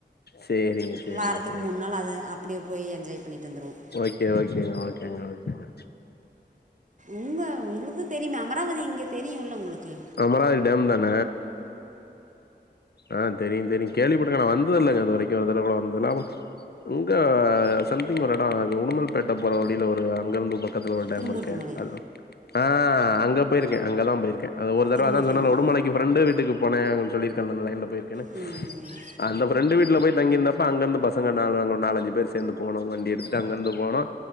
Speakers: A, on the left (about 65°); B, on the right (about 45°).
A: சேரிங்க சேரிங்க
B: வாரத்துக்கு
A: சேரிங்க
B: மூன் நாளு அது அப்படியே போயி என்ஜாய் பண்ணிட்டு வந்துர்வோ
A: ஓக்கே ஓக்கேங்க ஓக்கேங்க ஓக்கேங்க
B: உங்க உங்களுக்கு தெரிமே அமராவதி இங்க தெரியூல்ல உங்ளுக்கு
A: அமராவதி டேம் தான ஆ தெரியு தெரியு கேள்விப்பட்ருக்கே நா வந்ததில்லங்க இது வரைக்கு ஒரு தட கூட வந்ததில அப் இங்க சம்திங் ஒரு எடொ இது உடுமல் பேட்ட போற வழில ஒரு அங்கருந்து போ பக்கத்துல ஒரு டேமுருக்கே
B: திருமூர்த்தி மலை
A: அதா ஆ அங்க போயிர்க்கே அங்கதா போயிர்க்கே அது ஒரு தடவ
B: திருமூர்த்தி
A: அதா சொன்னல
B: மலை
A: உடுமலைக்கு ஃப்ரெண்டு வீட்டுக்கு போனே அங்க சொல்லிருக்கன்ல அந்த லைன்ல போயிருக்கேனு
B: ம்
A: அந்த ஃப்ரெண்டு வீட்ல போயி தங்கிருந்தப்ப அங்கந்து பசங்க நால அங்க நாலஞ்சி பேரு சேந்து போனோ வண்டி எடுத்துட்டு அங்கந்து போனோ